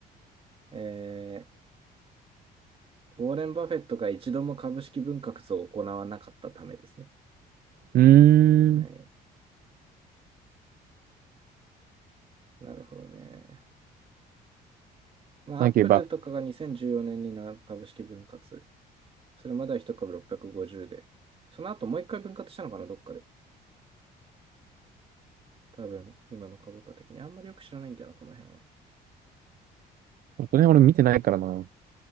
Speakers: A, on the right (about 35°); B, on the right (about 55°).
A: えーウォーレン・バフェットが一度も株式分割を行わなかったためですね。
B: うー
A: はい。
B: ん。
A: なるほどね。まあ、
B: なんか言えば、
A: アップルとかが2014年になな株式分割。それまでは1株650で。その後もう一回分割したのかな、どっかで。多分、今の株価的に。あんまりよく知らないんだよな、この辺は。
B: これ俺見てないからな。